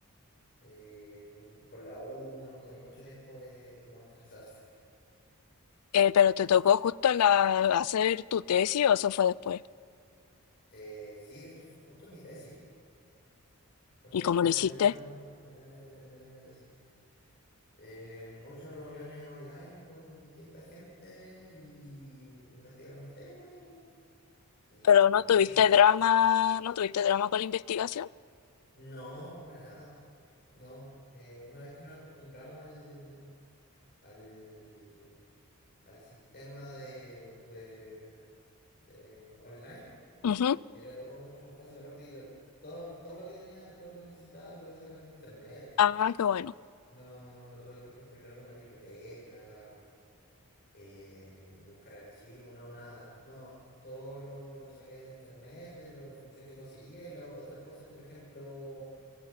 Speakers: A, on the left; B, on the left.
A: eh, con la U uno no tenía mucho tiempo de, de como estresarse.
B: eh, pero te tocó justo la, hacer tu tesis o eso fue después.
A: Eh, sí, de hecho fue justo mi tesis. Fue justo
B: ¿Y cómo
A: en
B: lo
A: el
B: hiciste?
A: año, en el, en el año de tesis. Eh, muchas reuniones online con distinta gente y investigando el tema y, y
B: Pero
A: a
B: no
A: lo que
B: tuviste
A: saliera.
B: drama, no tuviste drama con la investigación.
A: No, para nada. No, eh, una vez que nos acostumbramos al, al, al sistema de, de, de online,
B: Ujú.
A: era todo mucho más fácil. Aparte que yo, todo, todo lo que tenía, todo lo que necesitaba lo podía sacar de internet.
B: Ah, qué bueno.
A: No, no tuve que, por ejemplo, ir a alguna biblioteca eh, buscar archivos, no, nada. No, todo lo, lo saqué de internet, de la información que conseguía y las otras cosas que, por ejemplo,